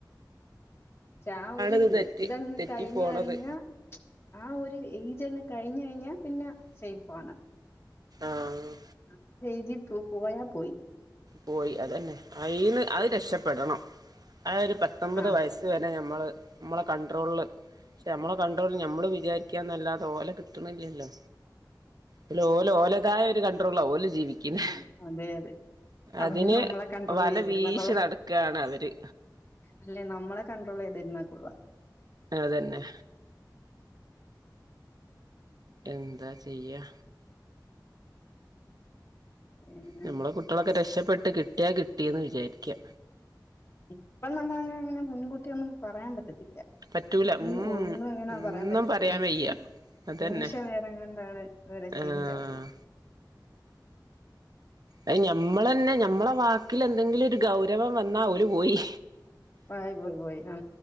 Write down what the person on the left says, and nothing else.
പക്ഷെ ആ ഒരു
ഇതങ്ങ്,
കഴിഞ്,
കഴിഞ്ഞാ, ആ ഒരു ഏയ്ജങ്ങ്, കഴിഞ്, കഴിഞ്ഞാ, പിന്നെ സെയിഫാണ്.
മ് എയിജിപ്പോ പോയാ, പോയി.
ആഹ്
ഉം. അതെ, അതെ. അവര്
നമ്മളെ കണ്ട്രോൾ
ചെയ്യാതിരുന്നാ
കൊള്ളാം
അല്ലെ നമ്മളെ കണ്ട്രോളെയ്തിരുന്നകൊള്ളാം.
പിന്നെ
ഇപ്പം നമ്മളങ്ങനെ മുൻകൂട്ടി ഒന്നും പറയാൻ പറ്റത്തില്ല. ല്ല,
ഉം, ഒന്നും അങ്ങന
പറയാൻ പറ്റത്തില്ല.
നിമിഷ നേരം കൊണ്ടാണ് ഇവര്ചെയ്ഞ്ചാവ്ന്നെ.
പായ, പോയി, പോയി, ആ